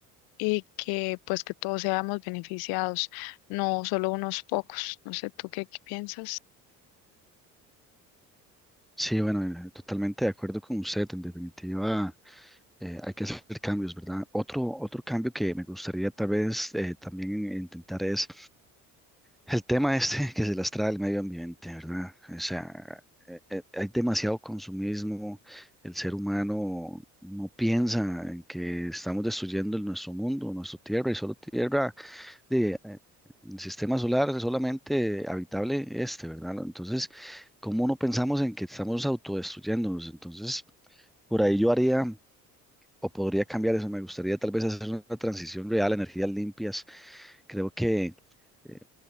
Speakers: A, on the left (about 80°); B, in the centre.
A: y que pues que todos seamos beneficiados, no solo unos pocos. No sé, ¿tú qué, qué piensas?
B: Sí, bueno, eh, totalmente de acuerdo con usted. En definitiva, eh, hay que hacer cambios, ¿verdad? Otro, otro cambio que me gustaría tal vez eh, también intentar es El tema este que se las trae el medio ambiente, ¿verdad? O sea, eh, eh, hay demasiado consumismo, el ser humano no piensa en que estamos destruyendo el- nuestro mundo, nuestra tierra, y solo tierra de, eh, el sistema solar es solamente habitable este, ¿verdad? Entonces, ¿cómo no pensamos en que estamos autodestruyéndonos? Entonces, por ahí yo haría... O podría cambiar eso, me gustaría tal vez hacer una transición real, energías limpias. Creo que eh,